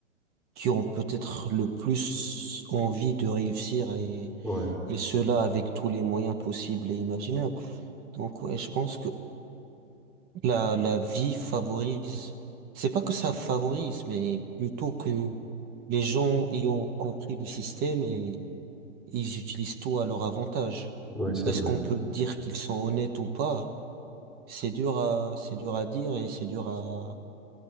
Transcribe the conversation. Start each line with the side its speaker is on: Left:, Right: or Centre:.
Right: qui ont peut-être le plus envie de réussir Et
Centre: Ouais,
Right: cela avec tous les moyens possibles et imaginables. Donc ouais, je pense que la, la vie favorise, c'est pas que ça favorise, mais plutôt que les gens ayant compris le système et ils utilisent tout à leur avantage.
Centre: ouais, c'est
Right: Est-ce
Centre: vrai.
Right: qu'on peut dire qu'ils sont honnêtes ou pas? C'est dur à, c'est dur à dire et c'est dur à,